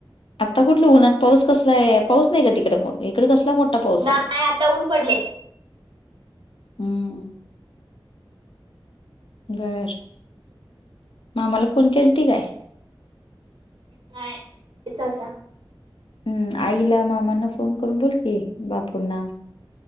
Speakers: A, on the left (about 75°); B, on the right (about 60°).
A: आता कुठलं उनात आणि पाऊस कसला आहे पाऊस नाही काय तिकड मग इकडे कसला मोठ. मोठा पाऊस
B: नाही
A: हाय
B: आता ऊन पडले
A: हम्म. बरं मामाला फोन केला ती काय?
B: नाही हिचा.
A: हम्म आईला मामांना फोन करून बोल की बापूंना.